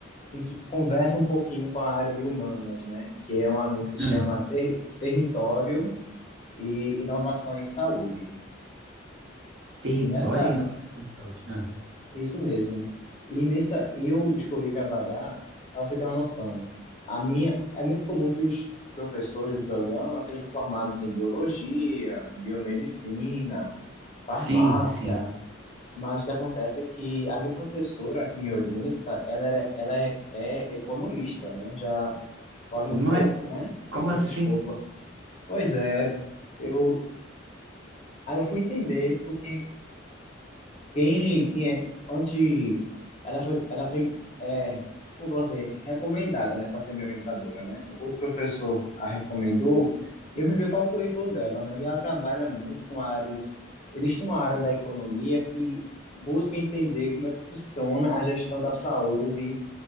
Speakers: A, on the left; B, on the right.
A: em que conversa um pouquinho com a área de humanas, né? Que é uma linha que se chama
B: uhum.
A: ter- Território e Inovação em Saúde.
B: Território
A: E nessa,
B: e
A: li-
B: inovação em saúde. Ah,
A: isso mesmo. E nessa, e eu escolhi trabalhar, para você ter uma noção. A minha, é muito comum que os os professores do programa sejam formados em biologia, biomedicina, farmácia,
B: sim, sim.
A: mas o que acontece é que a minha professora que me orienta, ela era, ela é, é economista, né? Já foge
B: Não
A: um pouco,
B: é,
A: né,
B: como
A: desse
B: assim?
A: escopo. Pois é, eu aí eu fui entender porque quem quem é antes ela foi ela foi é, como que eu vou dizer, recomendada, né, para ser minha orientadora, né? O Outro professor a recomendou e eu fui ver qual é o currículo dela, né? E ela trabalha muito com áreas existe uma área da economia que busca entender como é que funciona a gestão da saúde